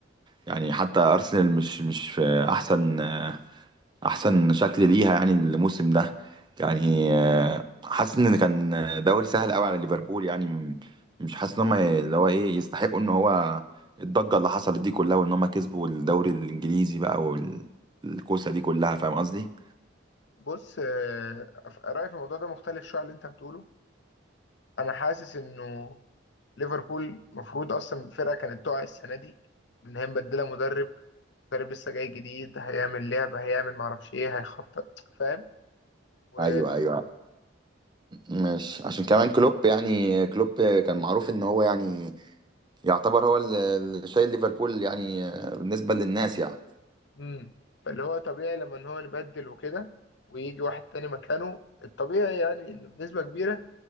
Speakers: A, on the right; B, on the left.
A: يعني حتى ارسنال مش مش في احسن آه، احسن شكل ليها يعني الموسم ده يعني آه، حاسس ان كان دوري سهل قوي على ليفربول يعني م- مش حاسس ان هم اللي هو ايه يستحقوا ان هو الضجه اللي حصلت دي كلها وان هم كسبوا الدوري الانجليزي بقى والكوسه دي كلها فاهم قصدي
B: بص آه رايي في الموضوع ده مختلف شويه عن اللي انت بتقوله انا حاسس انه ليفربول المفروض اصلا فرقه كانت تقع السنه دي ان هي مبدله مدرب مدرب لسه جاي جديد هيعمل لعبه هيعمل معرفش ايه هيخطط فاهم و
A: ايوه ايوه ماشي عشان كمان كلوب يعني كلوب كان معروف ان هو يعني يعتبر هو اللي اللي شايل ليفربول يعني آه، بالنسبه للناس يعني
B: مم. فاللي هو طبيعي لما ان هو نبدل وكده ويجي واحد تاني مكانه الطبيعي يعني انه بنسبه كبيره